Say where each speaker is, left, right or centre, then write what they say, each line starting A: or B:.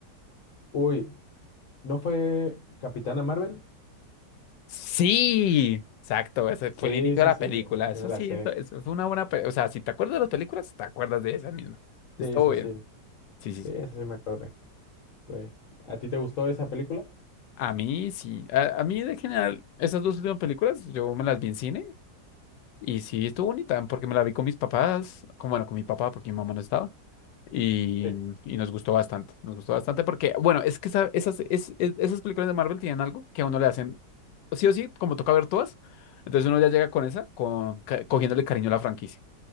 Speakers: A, on the left (about 55°); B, on the left (about 85°).
A: Uy, ¿no fue Capitana Marvel?
B: Sí, exacto, ese fue
A: Sí,
B: el inicio
A: sí,
B: de la
A: sí,
B: película.
A: mira, esa sí
B: Eso
A: me la
B: sí,
A: sé.
B: eso, eso es una buena, pe- o sea, si te acuerdas de las películas, te acuerdas de esa misma. Estuvo
A: Sí, sí,
B: bien.
A: sí.
B: Sí, sí,
A: Sí,
B: sí.
A: esa sí me acordé. güey. ¿A ti te gustó esa película?
B: A mí sí, a, a mí de general, esas dos últimas películas, yo me las vi en cine Y sí, estuvo bonita porque me la vi con mis papás, como bueno, con mi papá porque mi mamá no estaba. Y,
A: Sí,
B: y nos gustó bastante, nos gustó bastante porque, bueno, es que esa- esas, es- es- esas películas de Marvel tienen algo que a uno le hacen, sí o sí, como toca ver todas, entonces uno ya llega con esa, con, ca- cogiéndole cariño a la franquicia,